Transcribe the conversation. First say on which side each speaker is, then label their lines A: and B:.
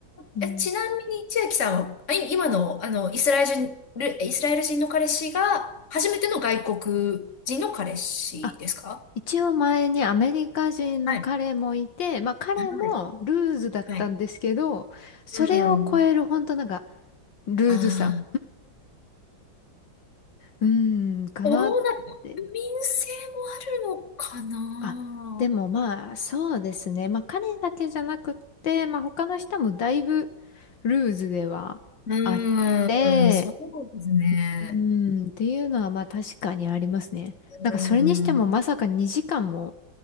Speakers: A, on the left; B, on the left.
A: うん。
B: え、ちなみに千秋さんは、あい今の、あの、イスラエル人、イスラエル人の彼氏が、初めての外国人の彼氏ですか
A: あ、一応前にアメリカ人の彼もいて、
B: はい。
A: まあ彼もルーズだったんですけど、
B: はい。はい。
A: それを超える本当なんか、
B: うん。
A: ルーズさ。
B: あ
A: うーん、かなって。
B: あ、どうな、国民性もあるのかな。
A: あ、でもまあ、そうですね。まあ、彼だけじゃなくって、まあ、他の人もだいぶルーズではあって、
B: うん、うんそうですね。
A: うん、っていうのはまあ確かにありますね。
B: うん。
A: なんかそれにしてもまさか2時間も